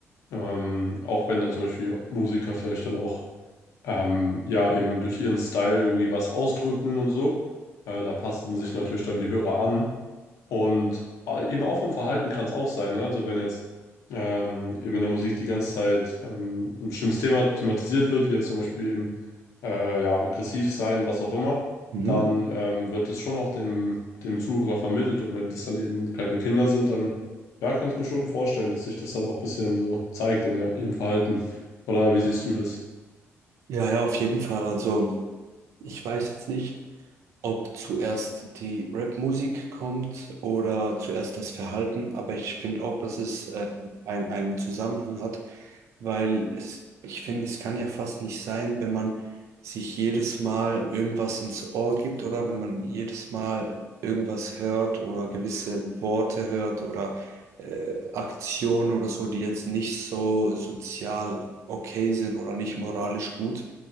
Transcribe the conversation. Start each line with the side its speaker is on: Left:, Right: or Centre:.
Left: Ähm, auch wenn dann zum Beispiel Musiker vielleicht dann auch ähm, ja, eben durch ihren Style irgendwie was ausdrücken und so. Äh, da passen sich natürlich dann die Hörer an. Und äh, eben auch vom Verhalten kann es auch sein, ne? Also wenn jetzt ähm, eben in der Musik die ganze Zeit ähm, ein bestimmtes Thema thematisiert wird, wie jetzt zum Beispiel eben äh, ja, aggressiv sein, was auch immer,
Right: Mhm.
Left: dann ähm, wird das schon auch dem, dem Zuhörer vermittelt. Und wenn das dann eben kleine Kinder sind, dann ja, kann ich mir schon vorstellen, dass sich das dann auch ein bisschen so zeigt in der, ihrem Verhalten. Oder wie siehst du das?
Right: Ja, ja, auf jeden Fall. Also ich weiß jetzt nicht. ob zuerst die Rap-Musik kommt oder zuerst das Verhalten, aber ich finde auch, dass es äh, ein, einen Zusammenhang hat, weil es, ich finde, es kann ja fast nicht sein, wenn man sich jedes Mal irgendwas ins Ohr gibt oder wenn man jedes Mal irgendwas hört oder gewisse Worte hört oder äh, Aktionen oder so, die jetzt nicht so sozial okay sind oder nicht moralisch gut